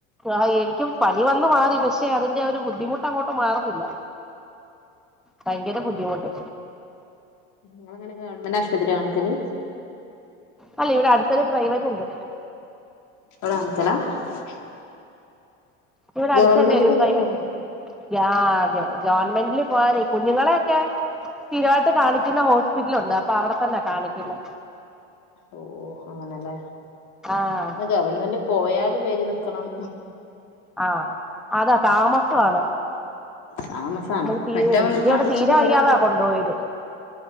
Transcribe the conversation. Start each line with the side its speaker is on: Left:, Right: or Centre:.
Centre: ആ എനിക്ക് പനിവന്നു മാറി പക്ഷേയതിന്റെ ആ ഒരു ബുദ്ധിമുട്ട് അങ്ങോട്ടു മാറുന്നില്ല. ഭയങ്കരബുദ്ധിമുട്ട്
Left: നിങ്ങളിങ്ങനെ ഗവൺമെന്റാശുപത്രിയാകാണിക്കല്
Centre: അല്ല ഇവിടെയടുത്തൊരു പ്രൈവറ്റുണ്ട്.
Left: അവിടെ <unintelligible>
Centre: ഇവിടെയടുത്തുതന്നെ
Left: ഗവൺമെന്റ്
Centre: ഒരുപ്രൈവറ്റ്,
Left: കൊറേ പോണോ
Centre: ആ.. അതെ ഗവൺമെന്റില് പോകാന് കുഞ്ഞുങ്ങളെയൊക്കെ സ്ഥിരമായിട്ട് കാണിക്കുന്ന ഹോസ്പിറ്റലുണ്ടപ്പൊ അവിടെ തന്നെ കാണിക്കുന്നെ
Left: ഓ.. ഓ.. അങ്ങനെയല്ലേ
Centre: ആഹ്
Left: ഗവൺമെന്റിൽ പോയാലും വരി നിൽക്കണം
Centre: ആ.. അതാതാമസമാണ്
Left: താമസാണ്
Centre: നമ്മള്തീരെ
Left: മറ്റാവുമ്പോ
Centre: എനിക്കിവിട
Left: നമുക്ക് കാണിച്ചു
Centre: തീരെവയ്യാതാ,
Left: പോരാ
Centre: കൊണ്ടു പോയത്.